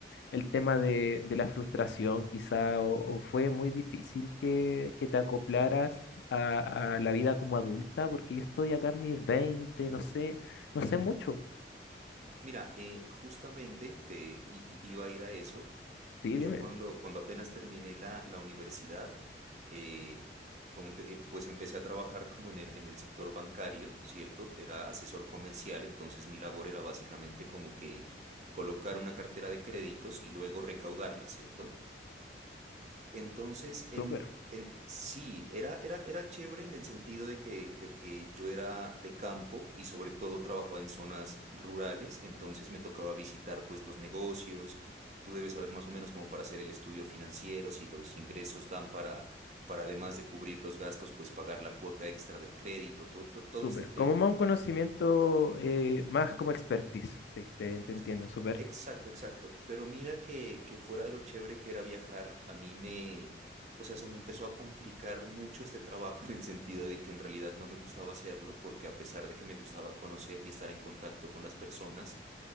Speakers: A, on the left; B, on the right.
A: el tema de, de la frustración quizá o, o fue muy difícil que, que te acoplaras a, a la vida como adulta? Porque yo estoy acá en mis veinte no sé, no sé mucho.
B: Mira, eh, justamente te i- i- iba a ir a eso.
A: Sí,
B: Yo
A: dime.
B: cuando, cuando apenas terminé la, la universidad, eh, como te- eh, pues empecé a trabajar como en el, en el sector bancario, ¿cierto? Era asesor comercial, entonces mi labor era básicamente como que colocar una cartera de créditos y luego recaudarla, ¿cierto? Entonces, en,
A: Súper,
B: eh, sí, era, era, era chévere en el sentido de que, de que yo era de campo y sobre todo trabajaba en zonas rurales, entonces me tocaba visitar pues los negocios, tú debes saber más o menos cómo para hacer el estudio financiero, si los ingresos dan para, para además de cubrir los gastos, pues pagar la cuota extra del crédito, todo, todo todo
A: súper.
B: este tema.
A: Como más un conocimiento, eh, más como expertise. Sí, te,
B: Ex-
A: te entiendo, súper.
B: Exacto, exacto. Pero mira que, que fuera de lo chévere que era viajar, a mí me, o sea, se me empezó a complicar mucho este trabajo <laughs> en el sentido de que en realidad no me gustaba hacerlo, porque a pesar de que me gustaba conocer y estar en contacto con las personas,